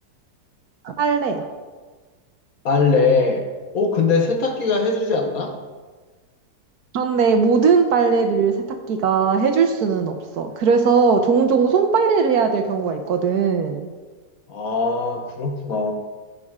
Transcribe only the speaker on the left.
빨래. 어, 근데 세탁기가 해주지 않나?
아, 그렇구나.